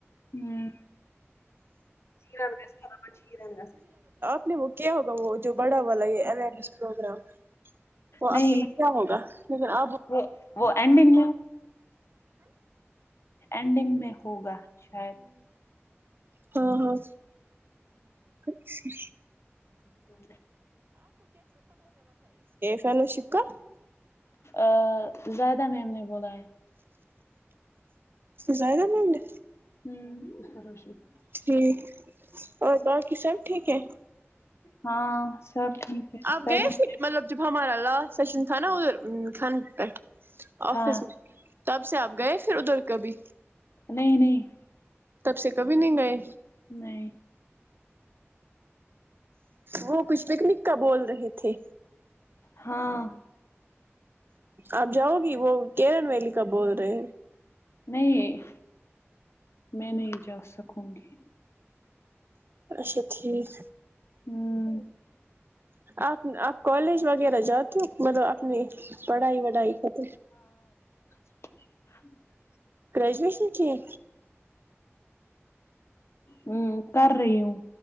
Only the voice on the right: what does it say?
نہیں وہ کیا ہوگا وہ جو بڑا والا یہ اوئرنیس پروگرام تو آپ
نے کیا ہوگا لیکن آپ
ہاں ہاں اچھا
فلو شکا
زائےیدا مم نےے
جی اور باقی سب ٹھیک ہے
آپ
گئے
پھر مطلب جب ہمارا لا سو چ ن تھانا ا تھان پی آفس
تب سے آپ گئے پھر ادھر کبھی
تب سے کبھی نہیں گئے
وہ کچھ نکنکا بول رہے تھے
آپ جاؤ گ وہ کیرن ولک بودرے
اچھا ٹھیک
آپ آپ کالج وغیرہ جاتے ہو مطلب نہیں پڑھائی وھائی خت
گریجویشن کیھی